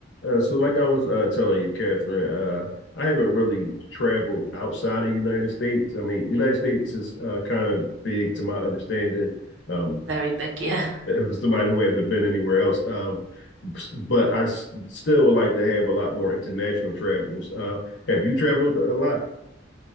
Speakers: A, on the left; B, on the right.
A: Uh, so like I was uh, telling you, Catherine, uh, I haven't really traveled outside of United States. I mean, United States is uh, kind of big to my understanding. Um,
B: Very big, yeah.
A: <laughs> for somebody who hasn't been anywhere else, um, s- but I s still would like to have a lot more international travels. Uh, have you traveled a lot?